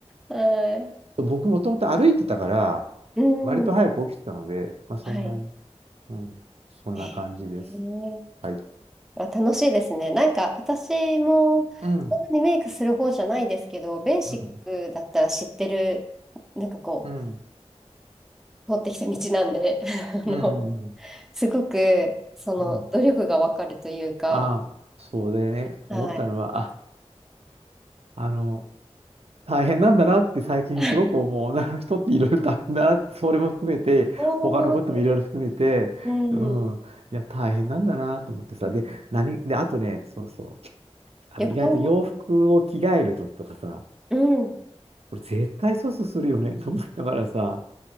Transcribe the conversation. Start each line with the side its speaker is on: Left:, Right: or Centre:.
Centre: は
Right: 僕もともと歩いてたから、
Centre: い。うん。
Right: 割と早く起きてたので、まあ、そんなに、
Centre: はい。
Right: うん、そんな感じです。
Centre: えー、えー
Right: はい。
Centre: あ、楽しいですね。なんか私もそんなにメイクする方じゃないですけど、
Right: うん、
Centre: ベーシックだったら知ってる、
Right: うん、
Centre: なんかこ
Right: うん、
Centre: う、通ってきた道なんで、<laughs> あの、
Right: うん、うん。
Centre: すごく、その、
Right: うん
Centre: 努力がわかるというか、
Right: ああ、そうでね、
Centre: はい。
Right: 思ったのは、あ、あの、大変なんだなって最近すごく思う。
Centre: <laughs>
Right: 女の人っていろいろ大変だなって、それも含めて、
Centre: おー
Right: 他のこともいろいろ含めて、
Centre: うん、
Right: うん、いや、大変なんだなと思ってさ、で、何、で、あとね、そうそう。あの、
Centre: 旅行に、
Right: 意外と洋服を着替えるときとかさ、
Centre: うん、
Right: これ絶対粗相するよね <laughs> と思いながらさ、